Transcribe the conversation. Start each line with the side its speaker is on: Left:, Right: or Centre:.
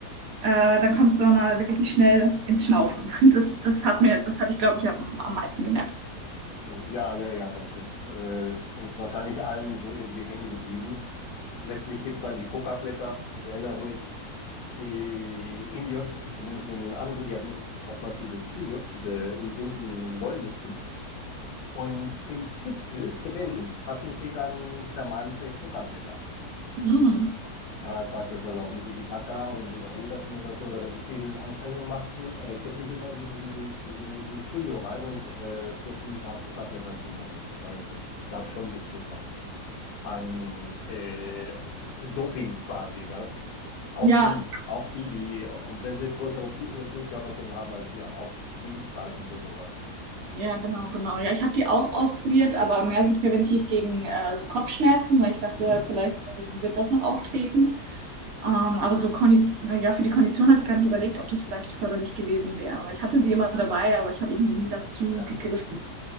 Right: äh, dann kommst du dann mal wirklich schnell ins Schnaufen. <laughs> Das, das hat mir, das habe ich, glaube ich, am, am meisten gemerkt.
Left: Ja, ja, ja, das ist, äh, ist uns wahrscheinlich allen so irgendwie hängen geblieben. Letztlich gibt es dann die Coca-Blätter, ich erinnere mich. Die Indios, zumindest in den Anden, die hatten oftmals diese Chuyos, diese bunten Wollmützen. Und im Zipfel drin hatten sie dann zermalmte Coca-Blätter.
Right: Mhm.
Left: Das heißt beispielsweise auf dem Titicaca, wenn sie da ruderten oder so, oder wenn sie viel Anstrengung machten, äh, griffen sie immer in diesen, in diesen Chuyo rein und äh, führten ein paar Kokablätter zum Mund. Das heißt, es gab schon ein bisschen was an äh, Doping quasi, gell? Auch
Right: Ja,
Left: sie, auch die, die, und wenn sie größere Blu äh, Blutkörperchen haben als wir, auch die greifen zu sowas.
Right: Ja, genau, genau. Ja, ich habe die auch ausprobiert, aber mehr so präventiv gegen äh, so Kopfschmerzen, weil ich dachte,
Left: Mhm.
Right: vielleicht äh, wird das noch auftreten. Ähm, aber so Kondi äh, ja, für die Kondition habe ich gar nicht überlegt, ob das vielleicht förderlich gewesen wäre. Aber Ich hatte die immer dabei, aber ich habe irgendwie nie dazu
Left: Ja.
Right: gegriffen.